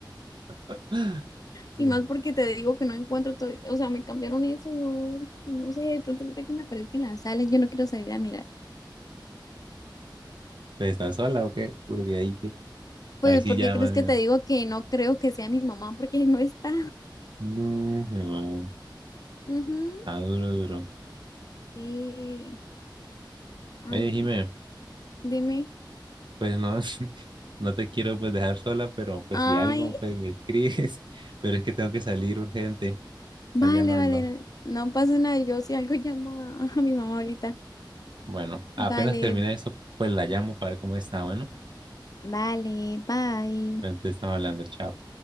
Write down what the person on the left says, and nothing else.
Y
más porque te digo que no encuentro todo, o sea, me cambiaron eso, no, no sé, de pronto ahorita que me aparezca en la sala, yo no quiero salir a mirar.
Pues,
¿por
qué crees
que
te digo que no creo que sea mi mamá? Porque <laughs> no está.
Ujú,
Sí, ay,
no.
dime.
Ay,
vale,
vale, no pasa nada, yo si algo llamo a a mi mamá ahorita.
Vale,
vale, bye.